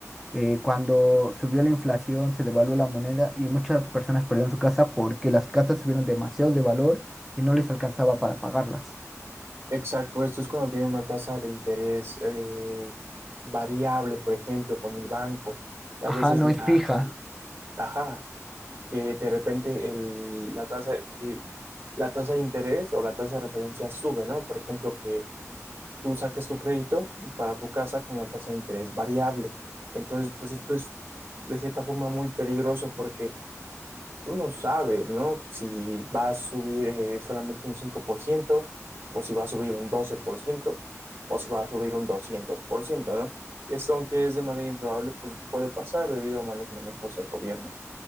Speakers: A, in the centre; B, on the right.
A: eh, cuando subió la inflación, se devaluó la moneda y muchas personas perdieron su casa porque las casas subieron demasiado de valor y no les alcanzaba para pagarlas.
B: Exacto, esto es cuando tiene una tasa de interés eh, variable, por ejemplo, con el banco, que a
A: Ajá,
B: veces
A: no
B: la,
A: es fija.
B: ajá, que de repente el- la tasa, que la tasa de interés o la tasa de referencia sube, ¿no? Por ejemplo, que tú saques tu crédito para tu casa con una tasa de interés variable. Entonces, pues esto es de cierta forma muy peligroso porque tú no sabes, ¿no? Si va a subir eh, solamente un 5%, o si va a subir un 12%, o si va a subir un 200%, ¿no? Que esto, aunque es de manera improbable, pues puede pasar debido a malos manejos del gobierno.